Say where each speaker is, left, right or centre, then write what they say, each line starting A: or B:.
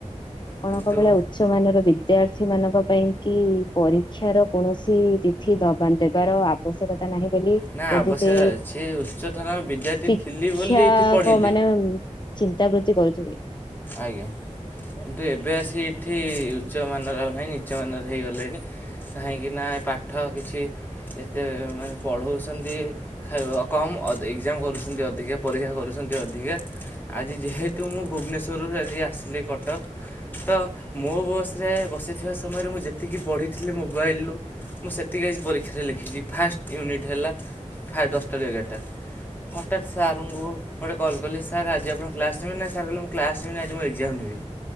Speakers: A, on the left; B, on the left.
A: ଆପଣଙ୍କ
B: କିନ୍ତୁ।
A: <unintelligible> ମାନର ବିଦ୍ୟାର୍ଥୀ ମାନଙ୍କ ପାଇଁ କି ପରୀକ୍ଷାର କୌଣସି ତିଥି ଦବାଣ୍ଟେ ଦେବାର ଆବଶ୍ୟକତା ନାହିଁ ବୋଲି
B: ନା
A: ବୋଧେ
B: ଅବଶ୍ୟ
A: ସେ
B: ଅଛି ଉଚ୍ଚତର ବିଦ୍ୟାର୍ଥୀ
A: ଶି
B: ଥିଲି ବୋଲି
A: କ୍ଷା
B: ଏଠି ପଢ଼ିଲି
A: କ ମାନେ ଚିନ୍ତା ବୃତ୍ତି କରୁଥିବେ।
B: ଆଜ୍ଞା। କିନ୍ତୁ ଏବେ ଆସି ଏଠି ଉଚ୍ଚମାନର ଆଉ ନାହିଁ ନିଚ ମାନର ହେଇଗଲେଣି। କାହିଁକି ନା ଏ ପାଠ କିଛି ଏତେ ମାନେ ପଢ଼ଉଛନ୍ତି। ଖାଇବା କମ୍ ଏକ୍ଜାମ କରୁଛନ୍ତି ଅଧିକା ପରୀକ୍ଷା କରୁଛନ୍ତି ଅଧିକା। ଆଜି ଯେହେତୁ ମୁଁ ଭୁବନେଶ୍ୱରରୁ ଆଜି ଆସିଲି କଟକ ତ ମୋ ବୟସ୍ରରେ ବସିଥିବା ସମୟରେ ମୁଁ ଯେତିକି ପଢ଼ିଥିଲି ମୋବାଇଲରୁ ମୁଁ ସେତିକି ଆଜି ପରୀକ୍ଷାରେ ଲେଖିଛି ଫାଷ୍ଟ ୟୁନିଟ୍ ହେଲା ଦଶଟାରୁ ଏଗାରଟା। ହଠାତ୍ ସାର୍ଙ୍କୁ ଗୋଟେ କଲ୍ କଲି ସାର୍ ଆଜି ଆପଣ କ୍ଲାସ୍ ଟିମେଟ ନାହିଁ ସାର୍ କହିଲେ ମୁଁ କ୍ଲାସ୍ରେମ ଆଜି ମୁଁ ଏକ୍ଜାମ ନେବି